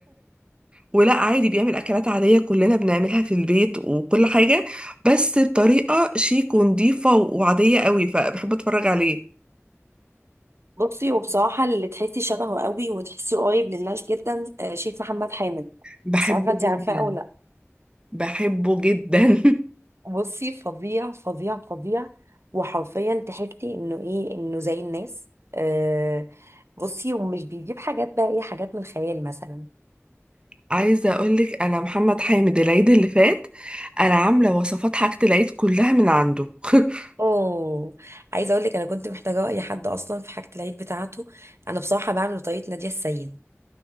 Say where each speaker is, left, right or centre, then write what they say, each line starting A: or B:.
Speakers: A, on the right; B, on the right.
A: ولا عادي بيعمل اكلات عاديه كلنا بنعملها في البيت وكل حاجه بس بطريقه شيك ونضيفه وعاديه قوي فبحب اتفرج عليه
B: بصي وبصراحه اللي تحسي شبهه قوي وتحسي قريب للناس جدا آه شيخ محمد حامد
A: بحبه
B: مش عارفه انت
A: جدا
B: عارفاه او لا
A: بحبه جدا
B: بصي فظيع فظيع فظيع وحرفيا تحسي انه ايه انه زي الناس آه بصي ومش بيجيب حاجات بقى ايه حاجات من الخيال مثلا
A: <laughs> عايزه اقولك انا محمد حامد العيد اللي فات انا عامله وصفات حاجه العيد كلها من عنده <laughs>
B: اوه عايزه اقول لك انا كنت محتاجه اي حد اصلا في حاجه العيد بتاعته انا بصراحه بعمل بطريقه ناديه السيد